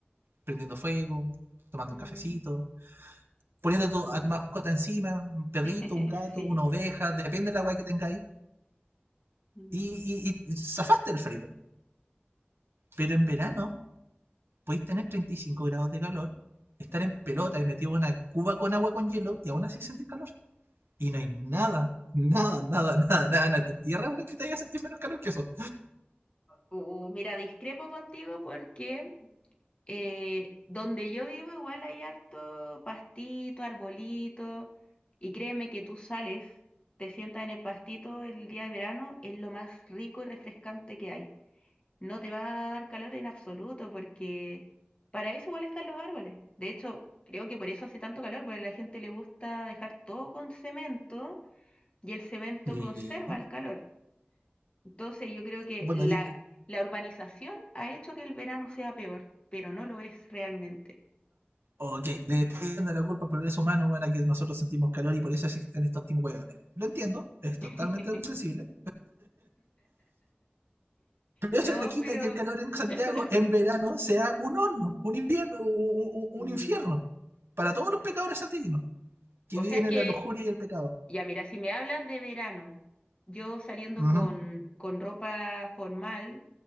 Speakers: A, on the right; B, on the left.
A: prendiendo fuego, tomando
B: ujú.
A: un cafecito, poniendo tu- a tu mascota encima, un perrito,
B: <laughs>
A: un gato,
B: Sí.
A: una oveja, depende de la guay que tengáis,
B: Mm.
A: y, y, y zafaste el frío. Pero en verano podéis tener 35 grados de calor, estar en pelota y metido en una cuba con agua con hielo y aún así sentir calor. Y no hay nada, nada, nada, nada, nada en esta tierra, güey, que te haya sentir menos calor que eso.
B: Uh, mira, discrepo contigo porque Eh, donde yo vivo igual hay harto pastito, arbolito, y créeme que tú sales, te sientas en el pastito el día de verano, es lo más rico y refrescante que hay. No te va a dar calor en absoluto porque para eso igual están los árboles. De hecho, creo que por eso hace tanto calor, porque a la gente le gusta dejar todo con cemento y el cemento
A: Y,
B: conserva el calor. Entonces yo creo que
A: bueno,
B: la,
A: di-
B: la urbanización ha hecho que el verano sea peor, pero no lo es realmente.
A: Ok, le están dando la culpa al progreso humano, bueno, que nosotros sentimos calor y por eso existen estos tipos de hueones. Lo entiendo, es totalmente
B: <laughs>
A: comprensible, pero
B: No,
A: eso no quita
B: pero...
A: que el calor en Santiago
B: <coughs>
A: en verano sea un horno, un invierno, un, un
B: mm,
A: infierno para todos los pecadores santiaguinos que
B: O
A: viven
B: sea, es
A: en
B: que,
A: la lujuria y el pecado.
B: ya mira, si me hablas de verano, yo saliendo
A: Ujú,
B: con, con ropa formal